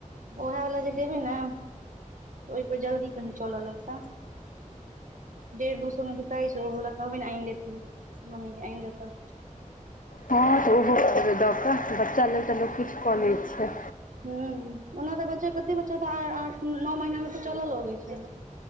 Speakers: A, on the right; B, on the left.
A: ओहे वला जे देबे ने ओहि पर जल्दी कही चलय लगता डेढ़ दू सौ मे बिकाई छै ओ कहबे ने आनि देथिन मम्मी के आनि देता
B: हँ तऽ ओहो करबै दऽ कऽ बच्चा लेल तऽ लोक किछ कऽ लै छै
A: ह ओना त बच्चा कते बच्चा तऽ आठ नौ महीना मे तऽ चलऽ लगै छै